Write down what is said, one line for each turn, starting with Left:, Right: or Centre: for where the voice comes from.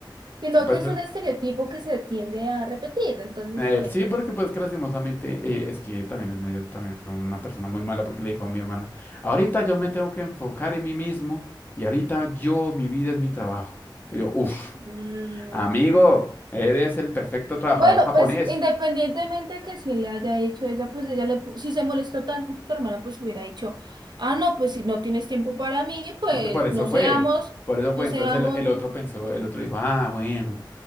Right: Sino
Left: Ah, pues,
Right: que es un estereotipo que se tiende a repetir. Entonces,
Left: eh,
Right: pues...
Left: sí, porque pues que lastimosamente eh, es que también es medio, también fue una persona muy mala porque le dijo a mi hermana, ahorita yo me tengo que enfocar en mí mismo y ahorita yo, mi vida es mi trabajo. Y yo, uff,
Right: mm,
Left: amigo, eres el perfecto trabajador
Right: Bueno,
Left: japonés.
Right: pues independientemente que si le haya hecho esa, pues ella le, pu- si se molestó tanto tu hermana, pues hubiera dicho, ah, no, pues si no tienes tiempo para mí, pues
Left: Es que por eso
Right: no
Left: fue,
Right: seamos,
Left: por eso fue.
Right: no seamos,
Left: Entonces el, el otro pensó, el otro dijo, ah, bueno.